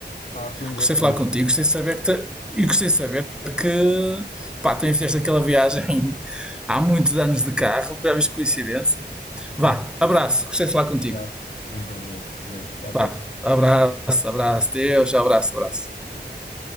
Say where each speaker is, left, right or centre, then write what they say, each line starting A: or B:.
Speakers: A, on the left; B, in the centre.
A: Ah, foi um gosto
B: Gostei
A: também.
B: de falar contigo, gostei de saber que te- e gostei de saber que pá, também fizeste aquela viagem <laughs> há muitos anos de carro, para ver coincidência.
A: Sim.
B: Vá, abraço, gostei de falar contigo.
A: Obrigado. Foi um prazer. Deus, até à
B: Vá,
A: próxima.
B: abraço, abraço, Deus, abraço, abraço.
A: Adeus.